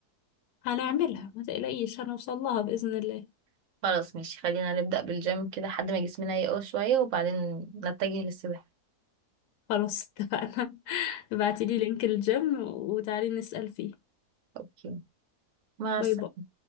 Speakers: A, on the left; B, on the right.
A: هنعملها ما تقلقيش هنوصل لها بإذن الله
B: <laughs> خلاص ماشي خلينا نبدا بالجيم كده لحد ما جسمنا يقوى شويه وبعدين نتجه للسباحه
A: خلاص اتفقنا <laughs> ابعتيلي لينك الجيم وتعالي نسأل فيه
B: اوكي مع
A: باي
B: السلامه
A: باي